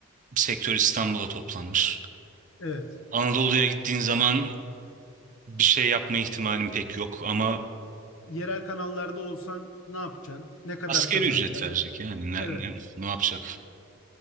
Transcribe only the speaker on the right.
sektör İstanbul'a toplanmış.
Anadolu'ya gittiğin zaman bir şey yapma ihtimalin pek yok ama
asgari
ücret verecek yani ne,
ne, ne yapacak?